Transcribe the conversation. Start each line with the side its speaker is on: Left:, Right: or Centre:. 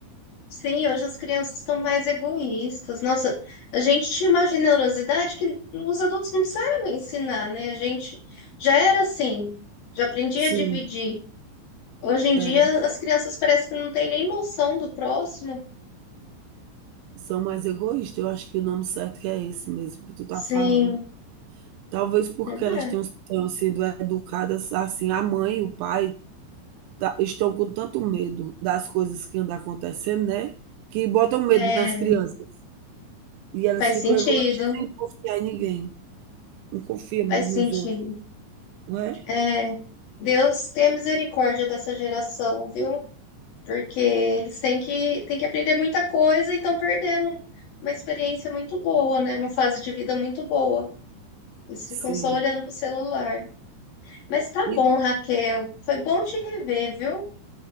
Left: Sim, hoje as crianças estão mais egoístas. Nossa, a gente tinha uma generosidade que os adultos não precisaram ensinar, né? A gente já era assim, já aprendia
Right: Sim,
Left: a dividir. Hoje em
Right: era
Left: dia,
Right: mesmo.
Left: as crianças parecem que não têm nem noção do próximo.
Right: São mais egoístas, eu acho que o nome certo é esse mesmo que tu tá
Left: Sim,
Right: falando. Talvez porque
Left: é,
Right: elas tenham tenham sido educadas assim, a mãe e o pai tá- estão com tanto medo das coisas que andam acontecendo, né, que botam medo
Left: é,
Right: nas crianças e elas
Left: faz
Right: ficam
Left: sentido,
Right: egoístas e sem confiar em ninguém, não confia mais
Left: faz
Right: nos
Left: sentido.
Right: outros, não é?
Left: É, Deus tenha misericórdia dessa geração, viu? porque eles têm que, têm que aprender muita coisa e estão perdendo uma experiência muito boa, né? Uma fase de vida muito boa. Eles
Right: Sim,
Left: ficam só olhando pro celular. Mas tá
Right: e
Left: bom, Raquel. Foi bom te rever, viu?